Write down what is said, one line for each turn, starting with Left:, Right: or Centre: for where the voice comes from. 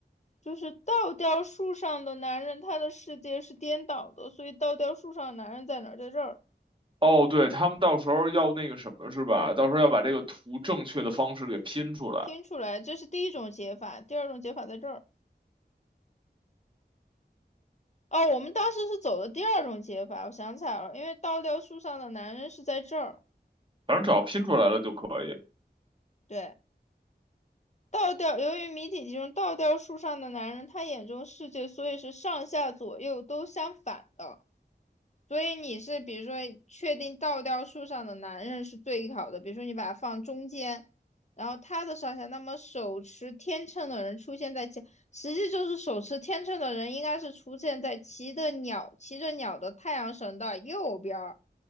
Left: 就是倒吊树上的男人，他的世界是颠倒的，所以倒吊树上的男人在哪儿？在这儿
Right: 哦，对，他们到时候要那个什么是吧？到时候要把这个图正确的方式给拼出来，
Left: 拼出来，这是第一种解法，第二种解法在这儿。哦，我们当时是走的第二种解法，我想起来了，因为倒吊树上的男人是在这儿，
Right: 反正只要拼出来了就可以。
Left: 对。倒吊，由于谜底集中倒吊树上的男人，他眼中世界所以是上下左右都相反的。所以你是比如说确定倒吊树上的男人是最好的，比如说你把它放中间，然后他的上下，那么手持天秤的人出现在前，实际就是手持天秤的人应该是出现在骑着鸟骑着鸟的太阳神的右边儿，